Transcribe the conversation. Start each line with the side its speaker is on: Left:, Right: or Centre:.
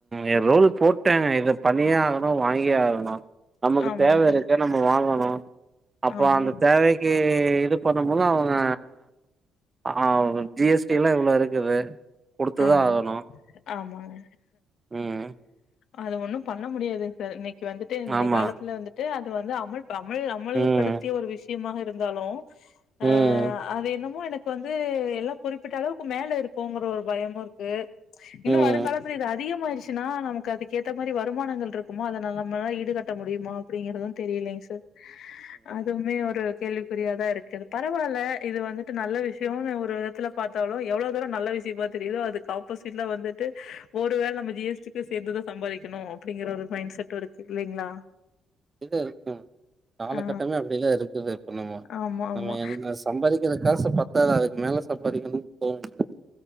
Right: இது ரூல் போட்டாங்க இத பண்ணியே ஆகணு வாங்கியே ஆகணு நமக்கு
Left: ஆமாங்க
Right: தேவ
Left: சார்
Right: இருக்கு நம்ம வாங்கணு அப்ப
Left: ஆமா
Right: அந்த தேவை க்கு இது பண்ணும்போது அவுங்க ஆ வ் ஜி எஸ் டிலா இவ்ளோ இருக்குது குடுத்துதா
Left: ஆமா
Right: ஆவனு
Left: ஆமாங்க
Right: ம்
Left: அது ஒன்னு பண்ண முடியாது த இன்னிக்கி வந்துட்டு இன்ன
Right: ஆமா
Left: காலத்துல வந்துட்டு அது வந்து அமல் ப அமல் அமல்படுத்திய
Right: ம்
Left: ஒரு விஷ் மாக இருந்தாலு ஆ
Right: ம்
Left: அது என்னமோ எனக்கு வந் ந்து எல்லா குறிப்பிட்ட அளவுக்கு மேல இருக்கோங்கற ஒரு பயமு இருக்கு இன்னு
Right: ம்
Left: வருங்காலத்துல இது அதிகமாயிடுச்சுன்னா நமக்கு அதுக்கு ஏத்த மாரி வருமானங்கள் ருக்குமா அத ந நம்மல்லா ஈடுகட் ட்ட முடியுமா அப்டிங்குறதும் தெரியலேங் சார் அதுவுமே ஒரு கேள்விக்குறியாதா ருக்கு பரவால்ல இது வந்துட்டு நல்ல விஷ்யோ கெவுனு ஒரு விதத்துல பாத்தாலு எவ்ளோ எவ்ளோ நல்ல விஷ்யமா தெரியுதோ அதுக்கு ஆப்போசிட்ல வந்துட்டு ஒருவேள நம்ம ஜி எஸ் டிக்கு சேத்துதா சம்பாதிக்கணு அப்டிங்கற ஒரு மைண்ட் செட்டு ருக்கு இல்லீங்ளா
Right: இப்டிதா இருக்கு காலகட்டமே
Left: ஆ
Right: அப்டில இருக்குது இப்ப நம்மோ
Left: ஆமா ஆமா
Right: நம்ம என்ன சம்பாதிக் கிற காசு பத்தாது அதுக்கு மேல சம்பாதிக்கணு தோனு